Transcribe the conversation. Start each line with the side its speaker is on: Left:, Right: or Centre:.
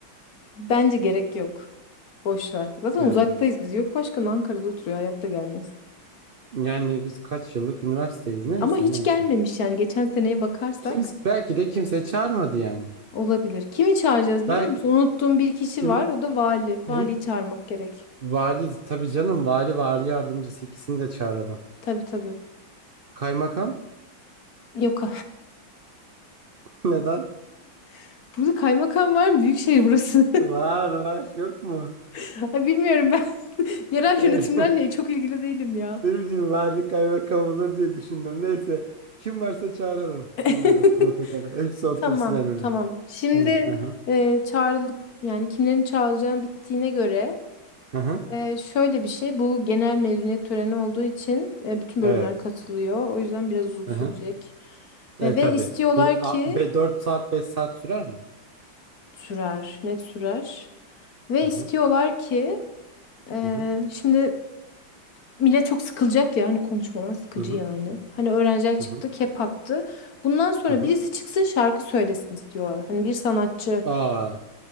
Left: Bence gerek yok. Boş ver. Zaten
Right: diyorsunuz.
Left: uzaktayız biz. Yok başkan Ankara'da oturuyor. Hayatta gelmez.
Right: Yani biz kaç yıllık üniversiteyiz. Neyse
Left: Ama hiç
Right: neyse.
Left: gelmemiş yani geçen seneye bakarsak
Right: Kimse, belki de kimse çağırmadı yani.
Left: olabilir. Kimi çağıracağız biliyor
Right: Belki
Left: musun? Unuttuğum bir kişi
Right: kim?
Left: var o da vali.
Right: Kim?
Left: Valiyi çağırmak gerek.
Right: Vali tabii canım vali vali yardımcısı ikisini de çağıralım.
Left: Tabii tabii.
Right: Kaymakam?
Left: Yok
Right: <laughs> Neden?
Left: <laughs> burada kaymakam var mı? Büyükşehir burası.
Right: Var var yok mu?
Left: <laughs> Ay, Bilmiyorum ben <laughs> yerel
Right: Öyle.
Left: yönetimlerle
Right: <laughs>
Left: çok ilgili değilim ya.
Right: Ne bileyim vali kaymakam olur diye düşündüm. Neyse kim varsa çağıralım
Left: <laughs>
Right: bunları protokole. Hepsi otursun
Left: Tamam
Right: en öne.
Left: tamam. Şimdi
Right: Tamam. Hı hı.
Left: e, çağrılık yani kimlerin çağıracağım bittiğine göre
Right: Hı hı.
Left: Ee, şöyle bir şey, bu genel mezuniyet töreni olduğu için e, bütün
Right: Evet.
Left: bölümler katılıyor. O yüzden biraz uzun
Right: Hı
Left: sürecek.
Right: hı.
Left: E,
Right: E
Left: ve
Right: tabii.
Left: istiyorlar
Right: Bir a,
Left: ki
Right: be 4 saat 5 saat sürer mi?
Left: sürer, net sürer. Ve
Right: Hı
Left: istiyorlar
Right: hı.
Left: ki e,
Right: Hı hı.
Left: şimdi millet çok sıkılacak ya hani konuşmalar sıkıcı
Right: Hı hı.
Left: yani. Hani öğrenciler
Right: Hı
Left: çıktı,
Right: hı.
Left: kep attı. Bundan sonra
Right: Hı hı.
Left: birisi çıksın şarkı söylesin istiyorlar. Hani bir sanatçı.
Right: Aa,